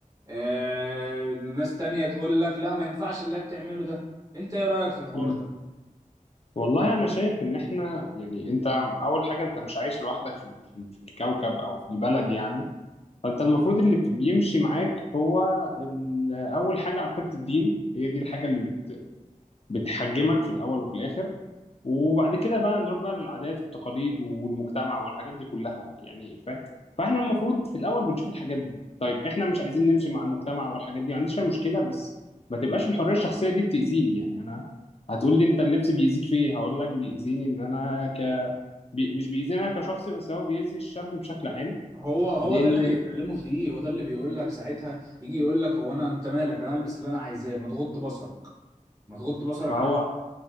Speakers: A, on the right; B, on the left.
A: آه... ناس تانية تقول لك لا ما ينفعش اللي هي بتعمله ده انت ايه رأيك في الحوار
B: مم.
A: ده؟
B: والله انا شايف ان احنا يعني انت اول حاجه انت مش عايش لوحدك في في في الكوكب او في البلد يعني فانت المفروض اللي بت- بيمشي معاك هو ال- اول حاجه عقيده الدين هي دي الحاجه اللي بت بتحجمك في الاول وفي الاخر وبعد كده بقى نروح بقى للعادات والتقاليد والمجتمع والحاجات دي كلها يعني فاهم فاحنا المفروض في الاول بنشوف الحاجات دي طيب احنا مش عايزين نمشي مع المجتمع والحاجات دي ما عنديش أي مشكله بس ما تبقاش الحريه الشخصيه دي بتاذيني يعني انا هتقول لي انت اللبس بيأذيك في ايه هقول لك بيأذيني ان انا ك... بي... مش بيأذيني انا كشخصي بس هو بيأذي الشاب بشكل عام
A: هو هو
B: لان
A: ده اللي بيتكلموا فيه هو ده اللي بيقول لك ساعتها يجي يقول لك هو انا انت مالك انا البس اللي انا عايزاه ما تغض بصرك ما تغض بصرك
B: ما هو
A: عني